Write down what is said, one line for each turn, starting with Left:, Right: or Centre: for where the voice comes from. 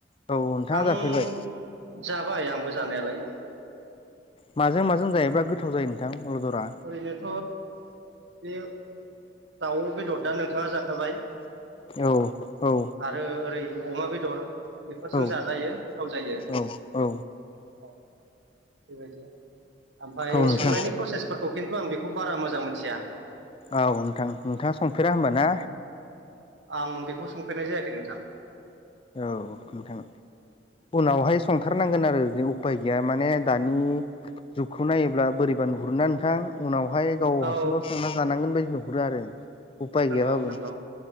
Left: औ नोंथाङा
Right: आं
Left: जाफेरबाय
Right: जाबाय आंबो जानायालाय।
Left: माजों माजों जायोब्ला गोथाव जायो नोंथां? अलदरा
Right: ओरैनोथ' बे दाउ बेदरा नोंथाङा जाखाबाय।
Left: औ औ।
Right: आरो ओरै अमा बेदर बेफोरजों
Left: औ
Right: जाजायो गोथाव जायो।
Left: औ
Right: औ बेबायदिनो ओमफाय
Left: औ नोंथां
Right: संनायनि फ्रसेसफोरखौ खिन्थु आं बेखौ बारा मोजां मोनथिया।
Left: औ नोंथां नोंथाङा संफेरा होमबा ना?
Right: आं बेखौ संफेरनाय जायाखै नोंथां।
Left: औ नोंथां उनावहाय संथार नांगोन आरो उफाय गैया माने दानि जुगखौ नायोब्ला बोरैबा नुहुरोना नोंथां उनाव हाय गाव
Right: औ
Left: हारसिंब्लाबो संना जानांगोन बायदि नुहुरो आरो। उफाय
Right: नंगौ
Left: गैयाबाबो
Right: नंगौ